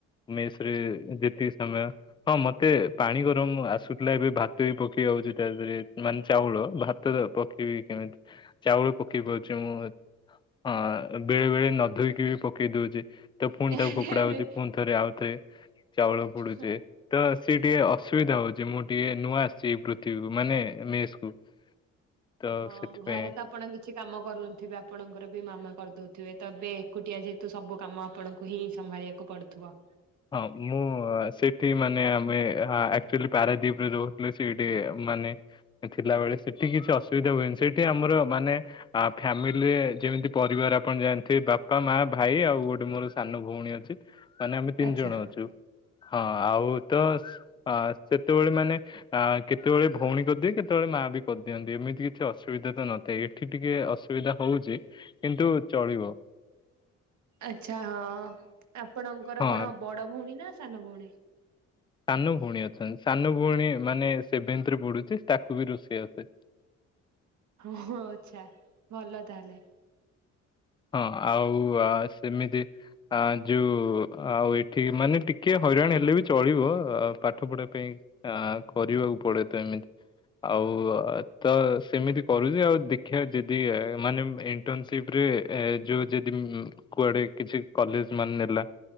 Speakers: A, on the left; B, on the right.
A: ମେଶ୍ ରେ ଜେତି ଆମେ ହଁ ମତେ ପାଣି ଗରମ ଆସୁଥିଲା। ଏବେ ଭାତ ବି ପକେଇ ଆଉଛି ତା ଦେହରେ ମାନେ ଚାଉଳ। ଭାତ ପକେଇବି କେମତି ଚାଉଳ ପକେଇବ। ଅ, ଆ, ହଁ ବେଳେ ବେଳେ ନଧୋଇକି ବି ପକେଇ ଦଉଚି। ତ ଫୁଣି
B: ଆରେ
A: ତାକୁ ଫୋପଡା
B: ଆରେ
A: ହଉଛି ଫୁଣି ଥରେ ଆଉଥରେ ଚାଉଳ ପୁଡୁଛି
B: ହଁ।
A: ତ। ସେ ଟିକେ ଅସୁବିଧା ହଉଚି ମୁଁ ଟିକେ ନୂଆ ଆସିଚି ଏଇ ପୃଥିବୀକୁ ମାନେ ମେସ୍ କୁ। ତ
B: ହଁ
A: ସେଥିପାଇଁ
B: ଘରେ ତ ଆପଣ କି କିଛି କାମ କରୁନଥିବେ ଆପଣଙ୍କର ବି ମାମା କରିଦଉଥିବେ ତ ଏବେ ଏକୁଟିଆ ଯେହେତୁ ସବୁ କାମ ଆପଣଙ୍କୁ ହିଁ ସବ୍। ସମ୍ଭାଳିବାକୁ ପଡୁଥିବ
A: ହଁ ମୁଁ ସେଠି ମାନେ ଆମେ ଆକ୍ଚୁଆଲି ପାରାଦୀପରେ ରହୁଥିଲୁ ସେଠି ମାନେ ଥିଲାବେଳେ ସେଠି କିଛି ଅସୁବିଧା ହୁଏନି ସେଠି ଆମର ମାନେ ଆ ଫ୍ୟାମିଲିରେ ଯେମିତି ପରିବାର ଆପଣ ଜାଣିଥିବେ ବାପା ମା ଭାଇ ଆଉ ଗୋଟେ ମୋର ସାନ ଭଉଣୀ ଅଛି ମାନେ ଆମେ ତିନି
B: ଆଚ୍ଛା
A: ଜଣ ଅଛୁ ହଁ ଆଉ ତ ଅ ସେତେବେଳେ ମାନେ ଅ କେତେବେଳେ ଭଉଣୀ କରିଦିଏ କେତେବେଳେ ମା ବି କରିଦିଅନ୍ତି ଏମିତି କିଛି ଅସୁବିଧା ସୁଧା ତ ନଥାଏ ଏଠି ଟିକେ ଅସୁବିଧା ହଉଚି କିନ୍ତୁ ଚଳିବ।
B: ଆଛା ହଁ ଆପଣଙ୍କର
A: ହଁ
B: କଣ ବଡ ଭଉଣୀ ନା ସାନ ଭଉଣୀ?
A: ସାନ ଭଉଣୀ ଅଛନ୍ତି ସାନ ଭଉଣୀ ମାନେ ସେଭେନ୍ତ୍ ରେ ପଡୁଛି ତାକୁ ବି ରୋଷେଇ ଆସେ।
B: ହ ଆଛା ଭଲ ତାହଲେ।
A: ହଁ ଆଉ ଆ ସେମିତି ଆ ଯଉ ଆଉ ଏଠି ମାନେ ଟିକେ ହଇରାଣ ହେଲେ ବି ଚଳିବ ଆ ପାଠ ପଢା ପାଇଁ ଆ କରିବାକୁ ପଡେ ତ ଏମିତି ଆଉ ତ ସେମିତି କରୁଚି ଆଉ ଦେଖିବା ଯଦି ମାନେ ଇଣ୍ଟରନସିପ ରେ ଏ ଯୋଉ ଯଦି ଉଁ ଉଁ କୁଆଡେ କିଛି କଲେଜ ମାନେ ନେଲା